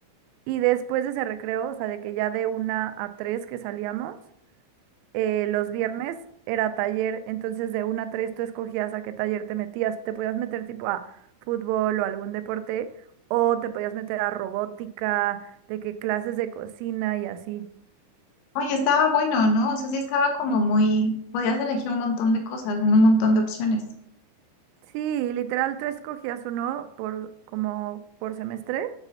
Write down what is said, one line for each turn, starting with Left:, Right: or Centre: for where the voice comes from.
Right: Y después de ese recreo, o sea, de que ya de una a tres que salíamos, eh, los viernes era taller, entonces de una a tres tú escogías a qué taller te metías. Te podías meter tipo a fútbol o algún deporte, o te podías meter a robótica, de que clases de cocina y así.
Left: Oye, estaba bueno, ¿no? O sea, sí estaba como muy, podías elegir un montón de cosas, en un montón de opciones.
Right: Sí, literal, tú escogías uno por como por semestre.